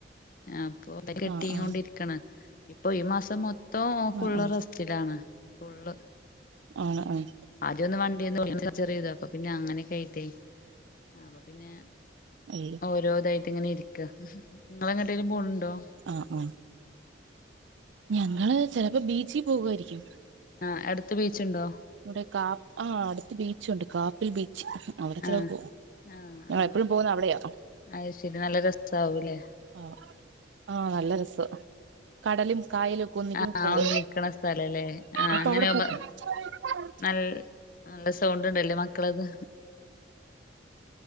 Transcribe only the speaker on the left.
അപ്പൊ ഇത് കെട്ടി
അങ്ങോണ്ടിരിക്കണ്
ഇപ്പൊ ഈ മാസം മൊത്തം ഫുള്ള്
റ സ്റ്റിലാണ് ഫുള്ള്
ആദ്യവൊന്ന് വണ്ടിയേന്ന് വീണിട്ട് ചെറിയ ഇത് അപ്പൊ പിന്നെ അങ്ങനൊക്കെ ആയിട്ടേ അപ്പൊ പിന്നെ
ഓരോ ഇതായിട്ട് ഇങ്ങനെ ഇരിക്കുവാ ഇങ്ങള് എങ്ങോട്ടേലും പോണുണ്ടോ
ആഹ് അടുത്ത് ബീച്ചുണ്ടോ
ആഹ്
ആഹ് ആഹ്
അത് ശരി നല്ല രസാവൂലേ
ആഹ്
ഒന്നിക്കണ സ്ഥലല്ലേ ആഹ്
അങ്ങനെയാവുമ്പ
നൽ നല്ല സൗണ്ടുണ്ടല്ലേ മക്കളക്ക്